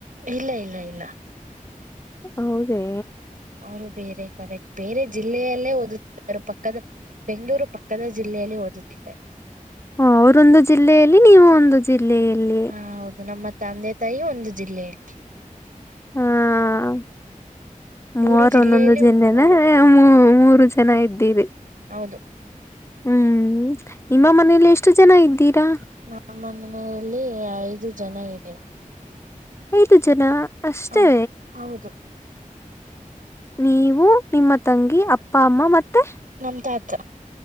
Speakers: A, on the right (about 70°); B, on the left (about 20°).
A: ಇಲ್ಲ ಇಲ್ಲ ಇಲ್ಲ
B: ಹೌದೇ
A: ಅವರು ಬೇರೆ ಕಾಲೇಜ್ ಬೇರೆ ಜಿಲ್ಲೆಯಲ್ಲೇ ಓದುತ್ತಾರ ಪಕ್ಕದ ಬೆಂಗಳೂರು ಪಕ್ಕದ ಜಿಲ್ಲೆಯಲ್ಲಿ ಓದುತ್ತಿದ್ದೆ
B: ಹ ಅವರೊಂದು ಜಿಲ್ಲೆಯಲ್ಲಿ ನೀವು ಒಂದು ಜಿಲ್ಲೆಯಲ್ಲಿ
A: ಹ ಹೌದು ನಮ್ಮ ತಂದೆ ತಾಯಿ ಒಂದು ಜಿಲ್ಲೆಯಲ್ಲಿ
B: <inaudible>
A: ಮೂರು
B: ಮೂವರು
A: ಜಿಲ್ಲೆಯಲ್ಲಿ
B: ಒಂದೊಂದು ಜಿಲ್ಲೆನ
A: ಮೂರು
B: ಮೂ ಮೂರು ಜನ ಇದ್ದೀರಿ
A: ಹೌದು
B: ಹ್ಮ್ ನಿಮ್ಮ ಮನೇಲಿ ಎಷ್ಟು ಜನ ಇದ್ದೀರಾ
A: ನಮ್ಮ ಮನೆಯಲ್ಲಿ ಐದು ಜನ ಇದೆ
B: ಐದು ಜನ ಅಷ್ಟೇ
A: ಹೌದಾ ಹೌದು
B: ನೀವು ನಿಮ್ಮ ತಂಗಿ ಅಪ್ಪ ಅಮ್ಮ ಮತ್ತೆ
A: ನಮ್ಮ ತಾತ